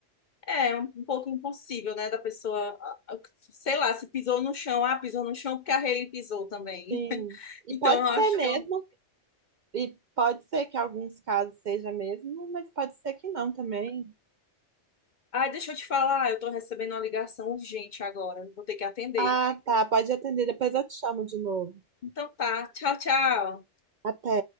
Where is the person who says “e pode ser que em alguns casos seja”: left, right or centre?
Right